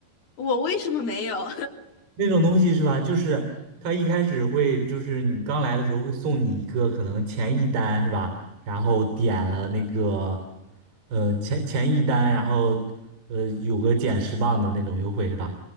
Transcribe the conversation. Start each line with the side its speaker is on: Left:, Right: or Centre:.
Left: 我为什么没有？
Right: 那种东西是吧？就是他一开始会，就是你刚来的时候会送你一个可能前一单是吧？然后点了那个，呃，前前一单，然后呃有个减十磅的那种优惠是吧？